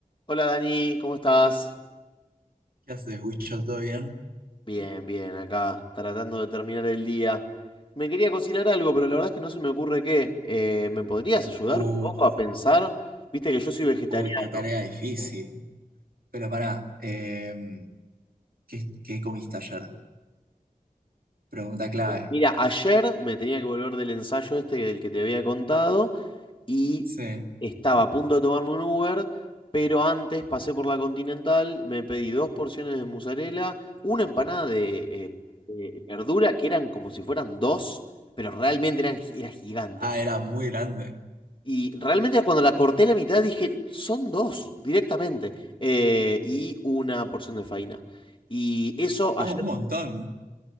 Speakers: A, on the left; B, on the right.
A: Hola Dani, ¿cómo estás?
B: ¿Qué haces, Wicho? ¿Todo bien?
A: Bien, bien, acá, tratando de terminar el día. Me quería cocinar algo, pero la verdad es que no se me ocurre qué. Eh, ¿me podrías ayudar
B: Uh,
A: un poco a pensar? Viste que yo soy vegetariano.
B: uy, qué tarea difícil. Pero pará, em, ¿qué, qué comiste ayer? Pregunta clave.
A: Mira, ayer me tenía que volver del ensayo este del que te había contado y
B: Sí.
A: estaba a punto de tomarme un Uber, pero antes pasé por la Continental, me pedí dos porciones de mozzarella, una empanada de, eh, de verdura que eran como si fueran dos, pero realmente eran, gi- era gigante.
B: Ah, era muy grande.
A: Y realmente cuando la corté la mitad dije, son dos directamente. eh, y una porción de faina. Y eso ayer,
B: Ah, un montón.